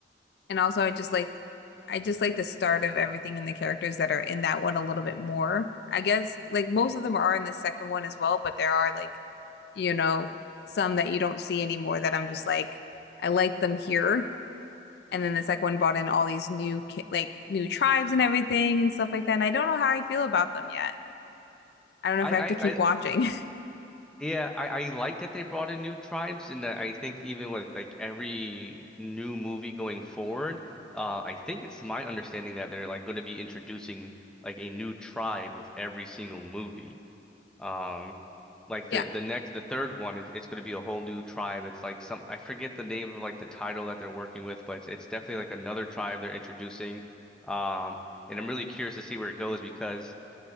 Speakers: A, on the left; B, in the centre.
A: And also I just like I just like the start of everything and the characters that are in that one a little bit more. I guess like most of them are in the second one as well, but there are like, you know, some that you don't see anymore that I'm just like, I like them here. And then the second one brought in all these new ki- like new tribes and everything and stuff like that. And I don't know how I feel about them yet. I don't know
B: I
A: if I have to keep
B: I
A: watching. <laughs>
B: Yeah, I, I like that they brought in new tribes, and I think even with like every new movie going forward, uh, I think it's my understanding that they're like going to be introducing like a new tribe with every single movie. Um, like the
A: Yeah.
B: the next the third one is it's going to be a whole new tribe. It's like some I forget the name of like the title that they're working with, but it's it's definitely like another tribe they're introducing. Um, and I'm really curious to see where it goes because